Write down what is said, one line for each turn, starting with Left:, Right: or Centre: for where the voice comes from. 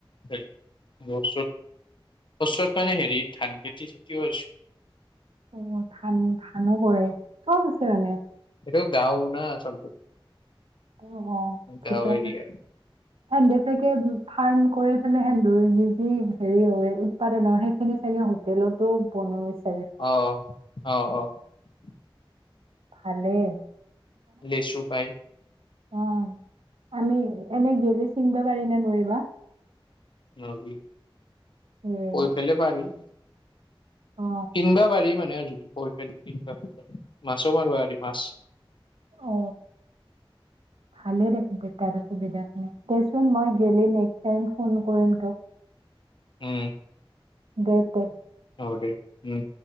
Left: চৰত ওচৰত মানে হেৰি ধান খেতি খেতিও হৈছে।
Right: অ ধান ধানো কৰে চব আছে মানে।
Left: এইটো গাঁও না আচলতে।
Right: অ অ
Left: গাঁও
Right: ভিতৰ
Left: এৰিয়া
Right: হেন বেচকে ফাৰ্ম কৰে। এই ভালে সেন্দুৰ যি যি হেৰি হয় উৎপাদন হয় সেইখিনি চাগে হোটেলতো বনাইছে।
Left: আহ অ অ <unintelligible>
Right: ভালে
Left: লেচু পায়।
Right: উম আমি এনে গেলি চিংবা পাৰি নে নোৱাৰিবা।
Left: নদী।
Right: এ
Left: কৈ ফালৰ পৰা আহি
Right: অ
Left: কিনবা পাৰি মানে অ এইটো কিনি বা মাছো মাৰিব মাছ
Right: অ ভালেই দেখোন তেতিয়াহলে সুবিধাখিনি দেচোন মই দেইলি নেক্স টাইম ফোন কৰিম তোক
Left: উম
Right: দেই তে
Left: হব দে উম